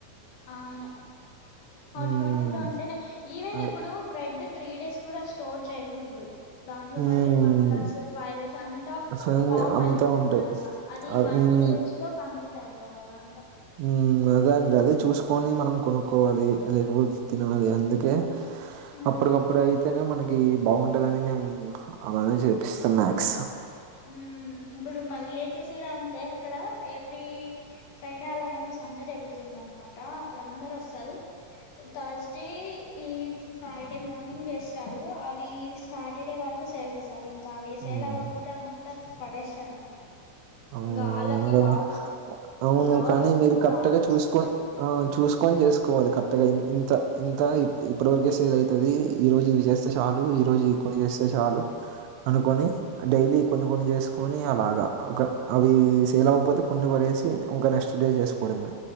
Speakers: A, on the left; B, on the right.
A: అవును హాట్
B: హ్మ్.
A: హాట్ గా ఉంటేనే ఈవెన్
B: అదే.
A: ఇప్పుడు బ్రెడ్ త్రీ డేస్ కూడా స్టోర్ చేయకూడదు దాంట్లో
B: హ్మ్.
A: మళ్ళీ ఫంగస్ వైరస్ అంతా
B: ఫైనల్
A: ఫామ్
B: అంతా
A: అయితుందంట
B: ఉంటది.
A: అది
B: ఆహ్,
A: వన్
B: హ్మ్.
A: టూ డేస్ లో కంప్లీట్ అయిపోవాలాంట
B: ఉ అదే అండి అదే చూసుకొని మనం కొనుక్కోవాలి అదే రోజు తినాలి అందుకే
A: ఉమ్
B: అప్పుడుకప్పుడే అయితే అయితేనే మనకి బాగుంటదని మేము అలానే చేపిస్తాం మ్యాక్స్
A: ఉ ఇప్పుడు మా రిలేటివ్స్ కూడా అంతే అక్కడ ఎవరీ ఫ్రైడే అలా ఏమో సంత జరుగుతుందనమాట అప్పుడు అందరు వస్తారు థర్స్డే ఈ ఫ్రైడే మార్నింగ్ చేస్తారు అవి సాటర్డే వరకు సేల్ చేస్తారు ఇంకా అవి
B: హ్మ్.
A: సేల్ అవ్వకపోతే అవంతా పడేస్తారనమాట
B: అవును
A: ఇంకా వాళ్ళకి
B: అవును కదా
A: లాస్
B: అవును
A: లాస్
B: కానీ
A: ఫుల్
B: మీరు కరెక్ట్
A: లాస్
B: గా
A: వస్తాది
B: చూసుకో ఆ చూసుకొని చేసుకోవాలి కరెక్ట్ గా ఇంత ఇంత ఇప్పటి వరకే సెల్ అయితది ఈ రోజు ఇది చేస్త స్తే చాలు ఈ రోజు ఈ కొన్ని చేస్తే చాలు అనుకొని డైలీ కొన్ని కొన్ని చేసుకొని అలాగా ఒక అవి సేల్ అవ్వకపోతే కొన్ని పడేసి ఇంకా నెక్స్ట్ డే చేసుకోవడమే